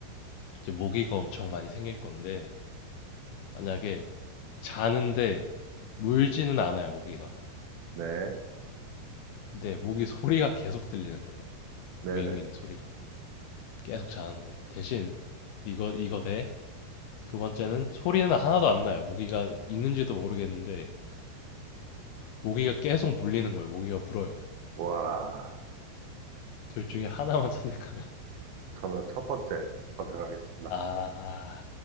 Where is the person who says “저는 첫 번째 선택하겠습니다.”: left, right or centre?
Right